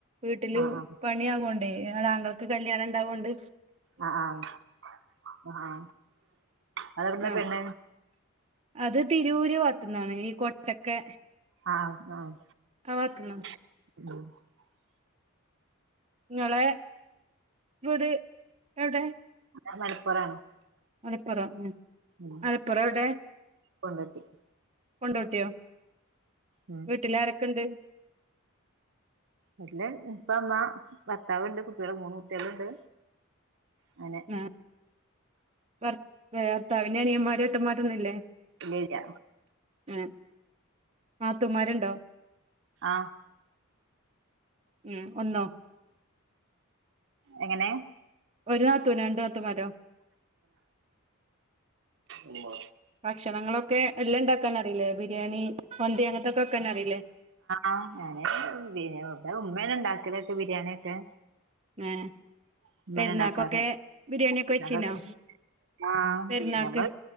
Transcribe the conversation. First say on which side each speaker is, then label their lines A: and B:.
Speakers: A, on the right (about 30°); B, on the right (about 60°).
A: വീട്ടില്
B: ആ ആ
A: പണിയാകൊണ്ട് അങ്ങൾക്ക് കല്യാണം ണ്ടാവോണ്ട്
B: ആഹ ആഹ ആഹ അതെവിടന്നാ
A: ആ
B: പെണ്ണ്?
A: അത് തിരൂര് ഭാഗത്ത്ന്നാണ് ഈ കൊട്ടക്കെ
B: ആഹ ആഹ
A: ഭാതന്നാ
B: <unintelligible>
A: ഇങ്ങളെ വീട് എവ്ടെ
B: ഞാ മലപ്പുറാണ്
A: മലപ്പുറോ? ഉം
B: ഉം
A: മലപ്പുറം എവ്‌ടെ
B: കൊണ്ടോട്ടി
A: കൊണ്ടോട്ടിയോ
B: ഉം
A: വീട്ടിൽ ആരൊക്കെ ഉണ്ട്
B: അല്ലെ ഇപ്പ മ്മ ഭർത്താവുണ്ട് കുട്ടികൾ മൂന്ന് കുട്ടികൾ ഉണ്ട്. അങ്ങനെ
A: ആ ഭർ വേ ഭർത്താവിന് അനിയന്മാര് എട്ടന്മാരൊന്നുല്ലേ?
B: ഇല്ല ഇല്ല.
A: ആ നാത്തൂന്മാരുണ്ടോ?
B: ആ
A: ഉം ഒന്നോ
B: എങ്ങനെ?
A: ഒരു നാത്തൂന് രണ്ടു നാത്തും മാരോ?
B: ഉമ്മ
A: ഭക്ഷണങ്ങളൊക്കെ എല്ലാം ഇണ്ടാക്കാൻ അറിയില്ലേ? ബിരിയാണി, മന്തി അങ്ങനത്തെ ഒക്കെ വെക്കാൻ അറിയില്ലേ
B: ആഹ് ഞാന് പി ഉമ്മേന ഉണ്ടാ ക്കെലൊക്കെ ബിരിയാണിയൊക്കെ
A: ഏ
B: <inaudible> ഉമ്മനെ
A: പെരുന്നാക്കൊക്കെ
B: ഉണ്ടാക്കാറ്.
A: ബിരിയാണി ഒക്കെ വെച്ചിനോ
B: ഞങ്ങക്ക് ആ
A: പെരുന്നാക്ക്
B: ഞമ്മള്